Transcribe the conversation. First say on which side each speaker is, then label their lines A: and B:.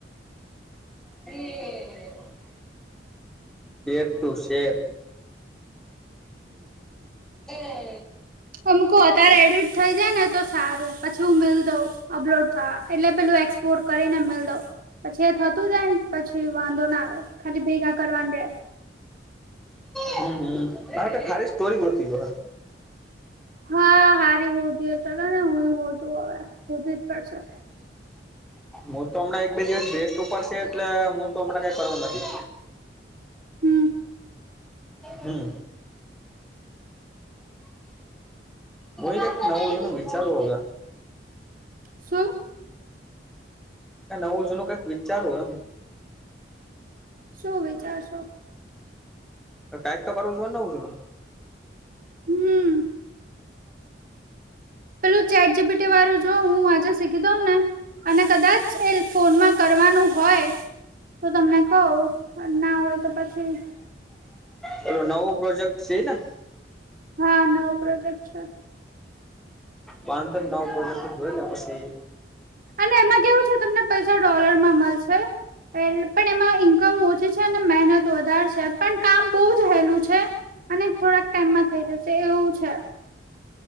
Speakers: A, in the centre; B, on the right.
A: અરરરે, એર ટુ શેમ, એ,
B: એમ કહું અત્યારે એડિટ થઇ જાય ને તો સારું પછી હું મિલ દઉં. અપલોડ થયા એટલે પેલું એક્સપોર્ટ કરી ને મેળી દો પછી એ થતું જાયને પછી વાંધો ના આવે ખાલી ભેગા કરવાની રહે,
A: હમ હા તો ખારી સ્ટોરી બોતી જો હોય.
B: હા સારી હોધી હ ચલો ને હું હોતું હવે હોધું જ પડશે.
A: હું તો હમણાં એક બે દિવસ રેસ્ટ ઉપર છે એટલે હું તો હમણાં કઈ કરવા નથી.
B: હમ
A: હમ. હુઈ કઇક નવુ જુનુ વિચારું હવ.
B: સુું?
A: કાઇ નવુ જૂનો કઈક વિચારુ હ એમ,
B: શું વિચારશો?
A: કઈક તો કરું જોઈ ને નવું જુનુ.
B: હમ, પેલું ચેક જીપીટી વાળું જો હું આજે શીખી દઉં ને, અને કદાચ એ ફોનમાં કરવાનું હોય. તો તમને કહું ના હોય તો પછી.
A: ઓલો નવો પ્રોજેક્ટ છે ને ઈ ન,
B: હા નવો પ્રોજેક્ટ છે.
A: બાધર નવો પ્રોજેક્ટ ન હોય ને પછી.
B: અને એમાં કેવું છે તમને પૈસા ડોલર માં મળશે. પ પણ એમાં ઈન્કમ ઓછી છે મહેનત વધારે છે પણ કામ બહુ હેલું છે. અને થોડાક ટાઈમમાં થઇ જશે એવું છે.